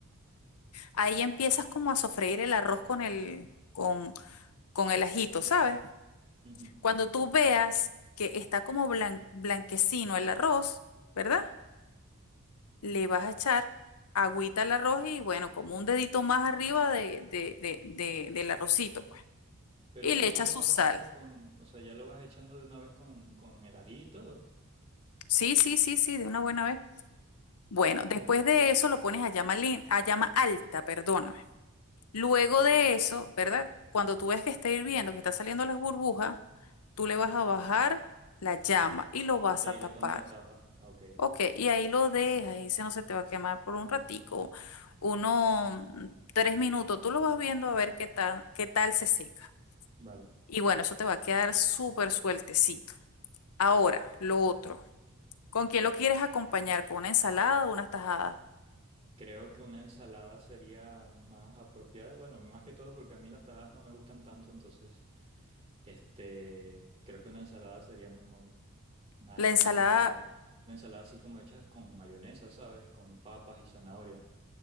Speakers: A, on the left (about 85°); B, on the right (about 30°).
A: Ahí empiezas como a sofreír el arroz con el, con, con el ajito, ¿sabes?
B: ujú.
A: Cuando tú veas que está como blan- blanquecino el arroz, ¿verdad? Le vas a echar agüita al arroz y bueno, como un dedito más arriba de, de- de- de- del arrocito, pues.
B: Pero
A: Y le
B: eso
A: echas
B: lo
A: su
B: vas
A: sal.
B: haciendo con, o sea, ya lo vas echando de una vez con, con el ají y todo.
A: Sí, sí, sí, sí, de una buena vez. Bueno,
B: Oh.
A: después de eso lo pones a llama, lin- a llama alta, perdón Luego de eso, ¿verdad? Cuando tú ves que está hirviendo, que está saliendo las burbujas, tú le vas a bajar la llama y lo vas
B: Y ahí
A: a
B: le
A: tapar.
B: pones la tapa. Ah, ok.
A: Ok,
B: Sí, sí.
A: y ahí lo dejas, y ese no se te va a quemar por un ratico, uno, mm, tres minutos, tú lo vas viendo a ver qué tal, qué tal se seca.
B: Vale.
A: Y bueno, eso te va a quedar súper sueltecito. Ahora, lo otro, ¿con quién lo quieres acompañar? ¿Con una ensalada o una tajada?
B: Creo que una ensalada sería más apropiada. Bueno, más que todo porque a mí las tajadas no me gustan tanto, entonces, este, creo que una ensalada sería mejor. Así
A: La ensalada,
B: como con una ensalada así como hecha con mayonesa, ¿sabes? Con papas y zanahorias